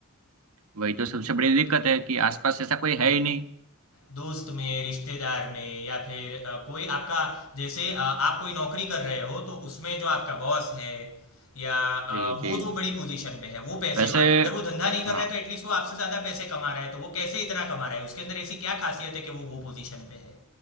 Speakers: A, on the right; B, on the left.
A: वही तो सबसे बड़ी दिक्कत है कि आसपास ऐसा कोई है ही नहीं
B: दोस्त में रिश्तेदार में या फिर अ, कोई आपका जैसे अ, आप कोई नौकरी कर रहे हो तो उसमें जो आपका बॉस है या अ,
A: जी जी
B: वो जो बड़ी पोजीशन पे है वो पैसे
A: वैसे
B: वाला है अगर वो धंधा नहीं कर
A: हाँ
B: रहा है तो एटलीस्ट वो आपसे ज्यादा पैसे कमा रहा है तो वो कैसे इतना कमा रहा है उसके अंदर ऐसी क्या खासियत है कि वो वो पोजीशन पे है